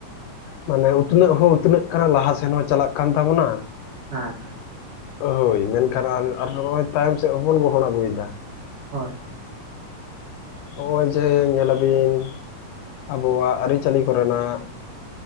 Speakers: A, on the left; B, on the right.
A: ᱢᱟᱱᱮ ᱩᱛᱱᱟᱹᱜ ᱦᱚᱸ ᱩᱛᱱᱟᱹᱜ ᱠᱟᱱᱟ ᱞᱟᱦᱟᱥᱮᱱ ᱦᱚᱸ ᱪᱟᱞᱟᱜ ᱠᱟᱱ ᱛᱟᱵᱚᱱᱟ
B: ᱦᱮᱸ ᱦᱮᱸ
A: ᱦᱳᱭ ᱢᱮᱱᱠᱷᱟᱱ ᱱᱚᱜᱚᱭ ᱛᱟᱭᱚᱢ ᱥᱮᱫ ᱦᱚᱸ ᱵᱚᱱ ᱜᱚᱦᱚᱱ ᱟᱜᱩᱭᱮᱫᱟ
B: ᱦᱳᱭ
A: ᱱᱚᱜᱼᱚᱭ ᱡᱮ ᱧᱮᱞ ᱟᱵᱤᱱ ᱟᱵᱚᱣᱟᱜ ᱟᱹᱨᱤᱪᱟᱹᱞᱤ ᱠᱚᱨᱮᱱᱟᱜ